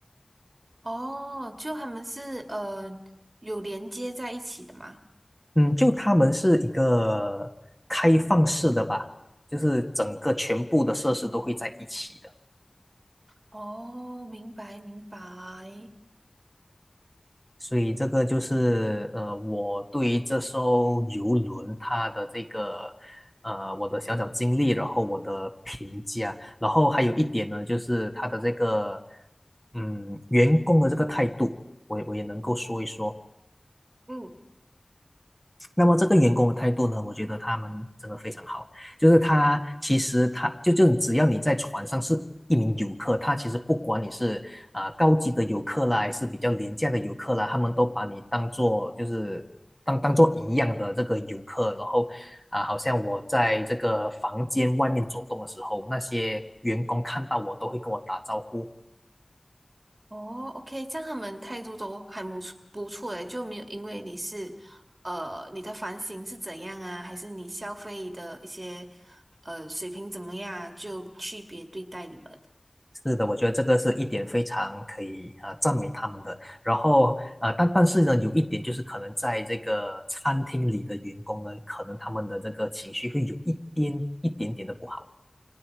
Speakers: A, on the right; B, in the centre.
A: 哦，就他们是呃有连接在一起的吗？
B: 嗯，就他们是一个开放式的吧，就是整个全部的设施都会在一起的。
A: 哦，明白，明白。
B: 所以这个就是呃，我对于这艘游轮它的这个呃我的小小经历，然后我的评价，然后还有一点呢，就是它的这个嗯员工的这个态度，我也我也能够说一说。
A: 嗯。
B: 那么这个员工的态度呢，我觉得他们真的非常好，就是他其实他就就只要你在船上是一名游客，他其实不管你是啊、呃高级的游客啦，还是比较廉价的游客啦，他们都把你当做就是当当做一样的这个游客，然后啊、呃好像我在这个房间外面走动的时候，那些员工看到我都会跟我打招呼，
A: 哦，OK，这样他们态度都还不错，不错诶，就没有因为你是，呃，你的房型是怎样啊，还是你消费的一些，呃，水平怎么样啊就区别对待你们。
B: 是的，我觉得这个是一点非常可以啊、呃赞美他们的。然后啊，但但是呢，有一点就是可能在这个餐厅里的员工呢，可能他们的这个情绪会有一点一点点的不好。